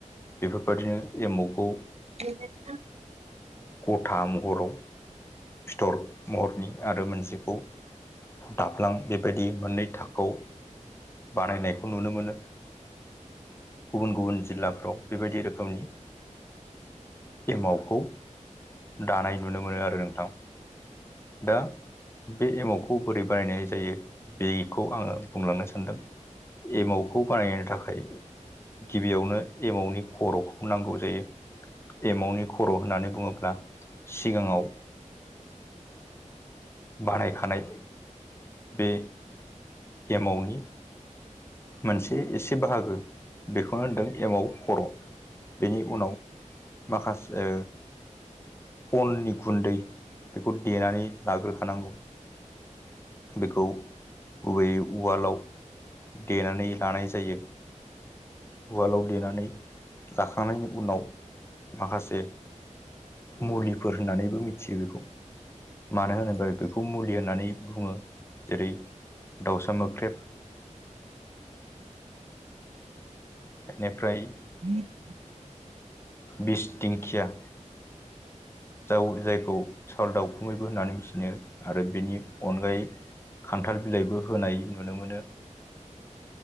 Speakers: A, on the left; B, on the right.
A: बेफोरबादिनो एमावखौ
B: बे <inaudible>
A: गथा महराव फिथर महरनि आरो मोनसेखौ दाब्लां बेबायदि मोननै थाखोआव बानायनायखौ नुनो मोनो गुबुन गुबुन जिल्लाफ्राव बेबायदि रोखोमनि एमावखौ दानाय नुनो मोनो आरो नोंथां दा बे एमावखौ बोरै बानायनाय जायो बेखौ आङो बुंलांनो सानदों। एमावखौ बानायनो थाखाय गिबियावनो एमावनि खर'खौबो नांगौ जायो एमावनि खर' होननानै बुङोब्ला सिगाङाव बानायखानाय बे एमावनि मोनसे एसे बाहागो बेखौनो होनदों एमाव खर' बेनि उनाव माखास ओ अननि गुन्दै बेखौ देनानै लाग्रोखानांगौ बेखौ गुबैयै उवालाव देनानै लानाय जायो। उवालाव देनानै लाखांनायनि उनाव माखासे मुलिफोर होननानैबो मिथियो बेखौ। मानो होनोबा बेखौ मुलि होननानै बुङो जेरै- दाउसा मोख्रेब एनिफ्राय
B: उम
A: बिस दिंखिया जाव जायखौ साल दाउखुमैबो होननानै मोनथिनो आरो बेनि अनगायै खान्थाल बिलाइबो होनाय नुनो मोनो।